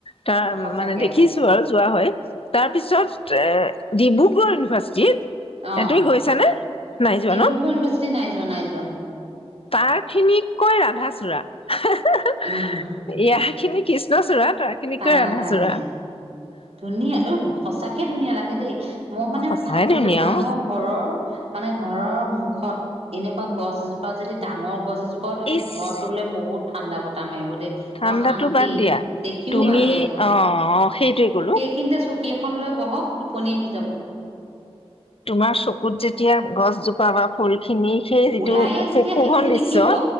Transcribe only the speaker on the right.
সঁচাকে
অ
ডিব্ৰুগড়
ইউনিভাৰ্চিটি নাই যোৱা নাই যোৱা
উম
তাৰ
আধাৰ খিনি ধুনীয়া ঐ সঁচাকে ধুনীয়া লাগে দেই, মই মানে
ভাবো
দেই মানুহক
ঘৰৰ মানে ঘৰৰ মুখত এনেকুৱা গছ এজোপা যদি ডাঙৰ গছ এজো পাও থাকে
ঘৰটোলৈ বহুত ঠাণ্ডা বতাহ মাৰিব দেই।
আৰু শান্তি,
দেখিও
ভাল লাগিব।
সেইখিনিতে চকী এখন লৈ বহক, টোপনি আহি যাব।
ওলায়ে
যেতিয়া সেইখিনি
দেখিব